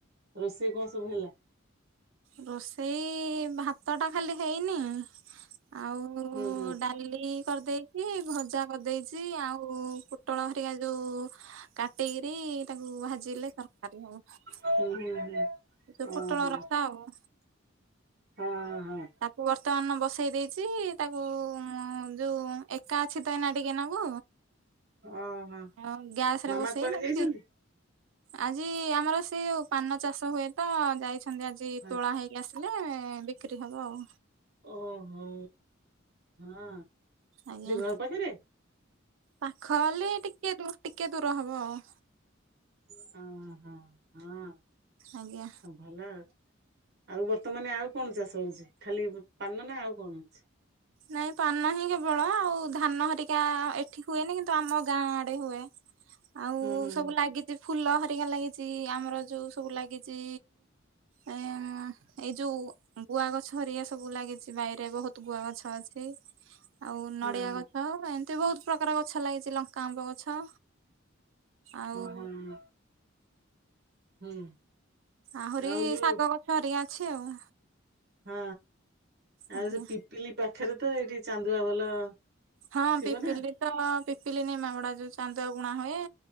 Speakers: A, on the right; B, on the right.
A: ରୋଷେଇ କଣ ସବୁ ହେଲା?
B: ରୋଷେଇ, ଭାତ ଟା ଖାଲି ହେଇନି? ଆଉ
A: ହୁଁ ହୁଁ
B: ଡାଲି କରିଦେଇ ଚି ଭଜା କରିଦେଇଛି, ଆଉ ପୋଟଳ ହରିକା ଯୋଉ କାଟିକିରି ତାକୁ ଭାଜିଲେ ତରକାରୀ ହବ।
A: ହୁଁ - ହୁଁ - ହୁଁ।
B: ଏ ଯୋଉ
A: ଓହୋ
B: ପୋଟଳ ରସା ହବ।
A: ହଁ। ହଁ।
B: ତାକୁ ବର୍ଷ <unintelligible> ବସେଇ ଦେଇଛି ତାକୁ, ଯୋଉ ଏକା ଅଛି ତ ଏଇନା ଟିକେ ନାଗୁ।
A: ଓହୋ
B: ଆଉ ଗ୍ୟାସରେ
A: ମାମା
B: ବସେଇ
A: କୁଆଡେ
B: ତାକୁ
A: ଯାଇଛନ୍ତି?
B: ସି ଆଜି ଆମର ସେ ଯୋଉ ପାନ ଚାଷ ହୁଏ ତ, ଯାଇଛନ୍ତି ଆଜି
A: ହଁ
B: ତୋଳା ହେଇକି ଆସ ହେଲେ ବିକ୍ରି ହବ ଆଉ।
A: ଓ ହୋ ହଁ ସେଠି
B: ଆଜ୍ଞା
A: ଘର ପାଖେରେ।
B: ପାଖ ବୋଲି, ଟିକେ ଟିକେ ଦୂର ହବ ଆଉ।
A: ହଁ- ହଁ -ହଁ
B: ଆଜ୍ଞା।
A: ହ ଭଲ ଆଉ। ଆଉ ବର୍ତ୍ତମାନ ଆଉ କଣ ଚାଷ ହଉଛି, ଖାଲି ପାନ ନା ଆଉ କଣ ହଉଛି?
B: ନାଇଁ ପାନ ହିଁ କେବଳ, ଆଉ ଧାନ ହରିକା ଏଠି ହୁଏନି କିନ୍ତୁ ଆମ ଗାଁ ଆଡେ ହୁଏ। ଆଉ
A: ହୁଁ ହୁଁ
B: ସବୁ ଲାଗିଛି ଫୁଲ ହେରିକା ଲାଗିଛି, ଆମର ଯୋଉ ସବୁ ଲାଗିଛି ଏ ଏଇ ଯୋଉ ଗୁଆ ଗଛ ହେରିକା ସବୁ ଲାଗିଛି ବାଇ ରେ ବହୁତ ଗୁଆ ଗଛ ଅଛି। ଆଉ
A: ହଁ
B: ନଡିଆ
A: ହଁ
B: ଗଛ ଏମ୍ ତି ବହୁତ ପ୍ରକାର ଗଛ ଲାଗିଛି। ଲଙ୍କା, ଆମ୍ବ ଗଛ ଆଉ
A: ହଁ ହଁ ହୁଁ।
B: ଆହୁରି
A: ଆଉ ଯୋଉ
B: ଶାଗ ଗଛ ହେରିକା ଅଛି ଆଉ।
A: ହଁ
B: ଆଜ୍ଞା।
A: ଆଉ ସେ ପିପିଲି ପାଖରେ ତ ଏଇଠି ଚାନ୍ଦୁଆ ଭଲ
B: ହଁ
A: ଥିବ
B: ପିପିଲି
A: ନା
B: ତ ପିପିଲିି ନିମାପଡ଼ା ଯୋଉ ଚାନ୍ଦୁଆ ଗୁଣା ହୁଏ?